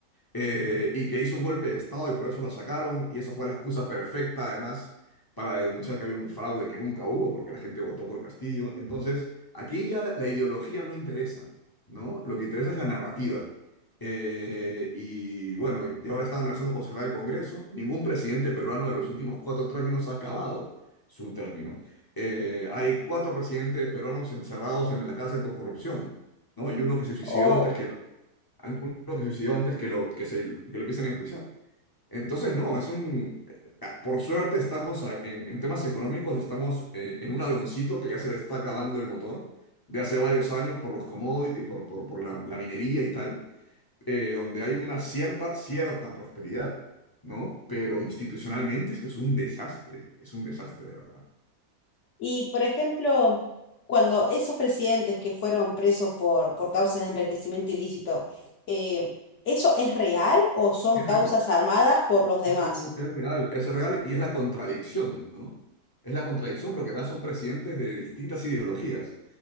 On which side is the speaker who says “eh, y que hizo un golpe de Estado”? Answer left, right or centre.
Left